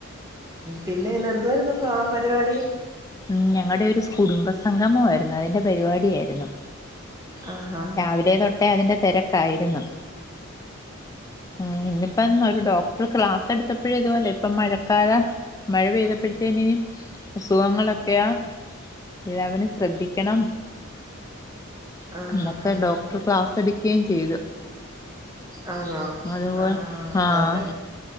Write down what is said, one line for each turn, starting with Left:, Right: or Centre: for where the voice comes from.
Right: പിന്നെ ഇന്ന് എന്തു വരുന്ന പ്ര പരിപാടി
Left: ഉ ഞങ്ങടെ ഒരു കുടുംബ സംംഗമമായിരുന്നു അതിന്റെ പരിപാടിയായിരുന്നു
Right: ആഹ്
Left: രാവിലെ തൊട്ടേ അതിന്റെ തിരക്കായിരുന്നു ആഹ് ഇന്നിപ്പ ഇ ഒരു ഡോക് ഇപ്പോ ക്ലാസ് എടുത്തപ്പോഴ ഇതുപലെ ഇപ്പ മഴക്കാല മഴ പെയ്തപ്പോഴത്തേന് അസുഖങ്ങളൊക്കെയാ എല്ലാവരു ശ്രദ്ധിക്കണം
Right: ആഹ് ആഹ്
Left: എന്നൊക്കെ
Right: ആഹ് ആഹ്
Left: ഡോക്ടർ ക്ലാസ് അട കയും ചെയ്തു
Right: ആണോ
Left: അതുപോലെ
Right: ആഹ്
Left: ആഹ്
Right: നല്ല